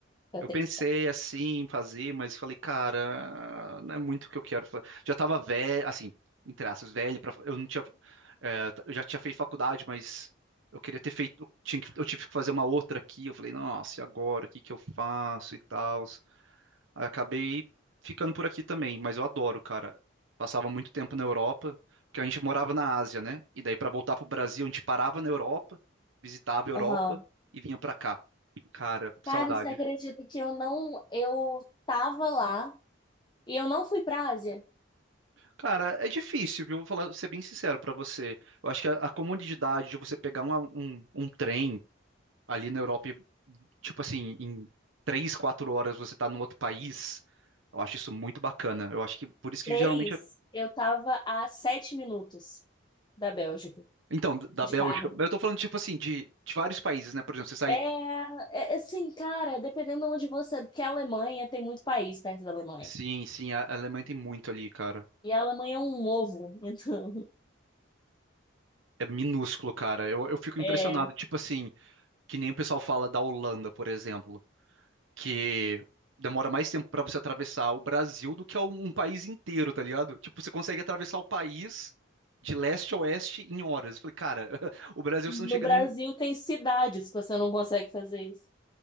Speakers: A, on the left; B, on the right.
A: até
B: Eu
A: 30.
B: pensei assim em fazer, mas falei, cara, não é muito o que eu quero fazer. Já tava velho, assim, entre aspas, velho para eu não tinha é, eu já tinha feito faculdade, mas eu queria ter feito, eu tinha que- eu tive que fazer uma outra aqui. Eu falei, nossa, e agora? O que que eu faço e tal? Acabei ficando por aqui também, mas eu adoro, cara. Passava muito tempo na Europa, porque a gente morava na Ásia, né? E daí pra voltar pro Brasil, a gente parava na Europa, visitava a Europa
A: Aham.
B: e vinha pra cá. Cara,
A: Cara,
B: saudade.
A: você acredita que eu não. Eu tava lá e eu não fui pra Ásia?
B: Cara, é difícil, viu? Vou falar, ser bem sincero pra você. Eu acho que a, a comodidade de você pegar um, um, um trem ali na Europa, e, tipo assim, em três, quatro horas você tá num outro país, eu acho isso muito bacana. Eu acho que por isso
A: três
B: que geralmente
A: eu tava a 7 minutos da Bélgica,
B: Então, d- da
A: de
B: Bélgica.
A: carro.
B: Eu tô falando, tipo assim, de, de vários países, né? Por exemplo, você sai.
A: É, é é, assim, cara, dependendo de onde você. Porque a Alemanha tem muito país perto da Alemanha.
B: Sim, sim, a a Alemanha tem muito ali, cara.
A: E a Alemanha é um ovo, então. <laughs>
B: É minúsculo, cara. Eu, eu fico
A: É.
B: impressionado, tipo assim, que nem o pessoal fala da Holanda, por exemplo, que demora mais tempo pra você atravessar o Brasil do que um, um país inteiro, tá ligado? Tipo, você consegue atravessar o país de leste a oeste em horas. Eu falei, cara, <laughs> o Brasil
A: No
B: você não chega.
A: Brasil
B: nem-
A: tem cidades que você não consegue fazer isso.